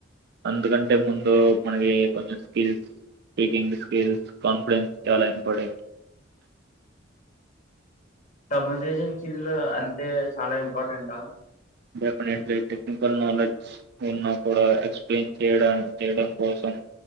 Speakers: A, on the right; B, on the left.
A: అంతకంటే ముందు మనకి కొంచెం స్కిల్స్ స్పీకింగ్ స్కిల్స్ కాన్ఫిడెన్స్ చాలా ఇంపార్టెంట్
B: తీర్మాసిషన్ స్కిల్ అంటే చాలా ఇంపార్టెంటా
A: డెఫినెట్లీ టెక్నికల్ నాలెడ్జ్ ఉన్నా కూడా ఎక్సప్లయిన్ చేయడానికి చేయడం కోసం